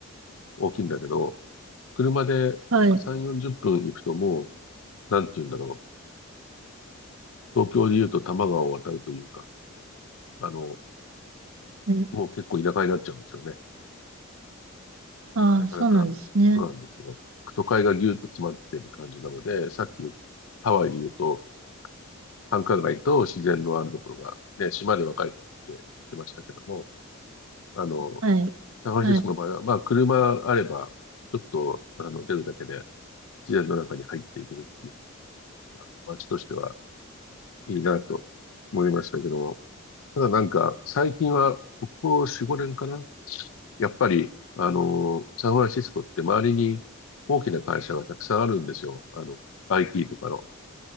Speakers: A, on the left; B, on the right.
A: 大きいんだけど、車で3、
B: はい。
A: 40分行くともう、なんて言うんだろう。東京で言うと多摩川を渡るというか、あの、
B: はい。
A: もう結構田舎になっちゃうんですよね。
B: あ、
A: なかなか、
B: そうなんですね。
A: そうなんですよ。都会がぎゅっと詰まってる感じなので、さっき言うハワイで言うと、繁華街と自然のあるところが、ね、島で分かれてきてましたけども、あの、
B: はい。
A: サンフランシスコの場合は、
B: はい。
A: まあ、車あれば、ちょっと、あの、出るだけで、自然の中に入っていけるっていう、あの、街としてはいいなと思いましたけども、ただなんか、最近は、ここ4、5年かなやっぱり、あの、サンフランシスコって周りに大きな会社がたくさんあるんですよ。あの、IT とかの。